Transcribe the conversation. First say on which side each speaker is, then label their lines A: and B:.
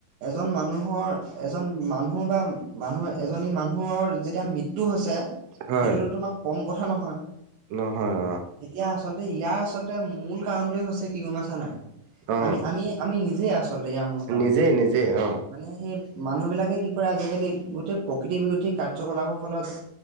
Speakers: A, on the right; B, on the right.
A: এজন মানুহৰ এজন মানুহ বা মানুহ এজনী মানুহৰ যেতিয়া মৃত্যু হৈছে
B: হয়
A: সেইটোতো তোমাৰ কম কথা নহয়
B: নহয়
A: এতিয়া আচলতে ইয়াৰ আ আচলতে মূল কাৰণটোৱে হৈছে কি গম পাইছা নাই?
B: অ অ
A: আমি আমি আমি নিজে আচলতে ইয়াৰ মূল কাৰণটো
B: নিজেই নিজেই অ
A: মানে সেই মানুহবিলাকে কি কৰে আজিকালি গোটেই প্ৰকৃতি বিৰোধী কাৰ্যকলাপৰ ফলত